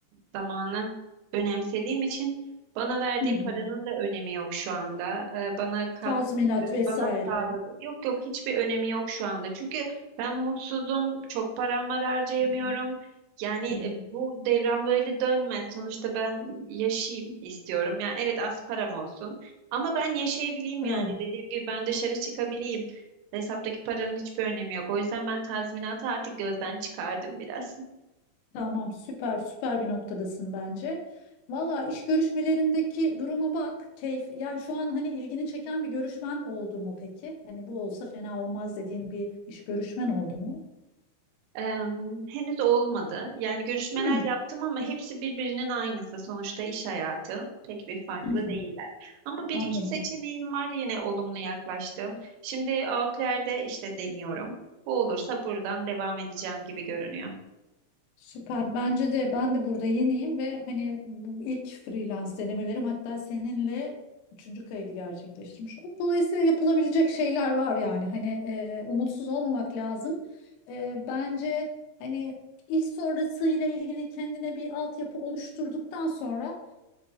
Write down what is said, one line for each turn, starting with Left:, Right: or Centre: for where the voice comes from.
Right: zamanı önemsediğim için bana verdiği
Left: Hı hı.
Right: paranın da önemi yok şu anda. E, bana kat
Left: Tazminat
Right: e,
Left: vesaire.
Right: bana sağladı. Yok yok hiçbir önemi yok şu anda. Çünkü ben mutsuzum, çok param var harcayamıyorum.
Left: Hı hı.
Right: Yani
Left: Hı hı.
Right: e, bu devran böyle dönmez. Sonuçta ben yaşayayım istiyorum. Yani evet az param olsun. Ama ben yaşayabileyim
Left: Bravo.
Right: yani. Dediğim gibi ben dışarı çıkabileyim. Hesaptaki paranın hiçbir önemi yok. O yüzden ben tazminatı artık gözden çıkardım biraz.
Left: Tamam, süper süper bir noktadasın bence. Valla iş görüşmelerindeki duruma bak. Keyif yani şu an hani ilgini çeken bir görüşmen oldu mu peki? Hani bu olsa fena olmaz dediğin bir iş görüşmen oldu mu?
Right: Eee, henüz olmadı. Yani görüşmeler
Left: Hmm,
Right: yaptım ama hepsi birbirinin aynısı. Sonuçta iş hayatı pek bir farklı
Left: Hı hı.
Right: değiller. Ama bir
Left: anladım.
Right: iki seçeneğim var yine olumlu yaklaştım. Şimdi Outlier'de işte deniyorum. Bu olursa buradan devam edeceğim gibi görünüyor.
Left: Süper. Bence de ben de burada yeniyim ve hani bu ilk freelance denemelerim hatta seninle üçüncü kaydı gerçekleştirmiş oldum. Dolayısıyla yapılabilecek şeyler var yani. Hani e, umutsuz olmamak lazım. E, bence hani iş sonrası ile ilgili kendine bir altyapı oluşturduktan sonra